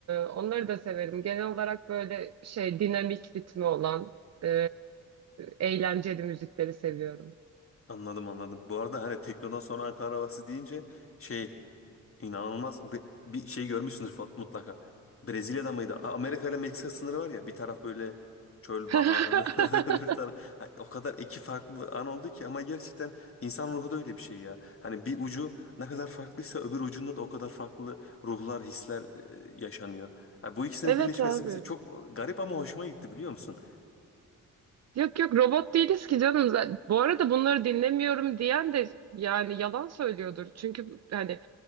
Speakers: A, on the right; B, on the left.
A: onları da severim. Genel olarak böyle şey dinamik ritmi olan e, eğlenceli müzikleri seviyorum.
B: anladım anladım. Bu arada hani teknodan sonra Ankara havası deyince şey İnanılmaz bir, bir şey görmüşsünüz fot- mutlaka. Brezilya'da mıydı? A- Amerika ile Meksika sınırı var ya bir taraf böyle çöl
A: <laughs>
B: vaha öbür, <laughs> öbür taraf. Ha, O kadar iki farklı an oldu ki ama gerçekten insan ruhu da öyle bir şey ya. Hani bir ucu ne kadar farklıysa öbür ucunda da o kadar farklı ruhlar, hisler e, yaşanıyor. Ha, bu ikisinin
A: Evet
B: birleşmesi
A: abi.
B: mesela çok garip ama hoşuma gitti biliyor musun?
A: Yok yok robot değiliz ki canım. Z- Bu arada bunları dinlemiyorum diyen de yani yalan söylüyordur. Çünkü bu- hani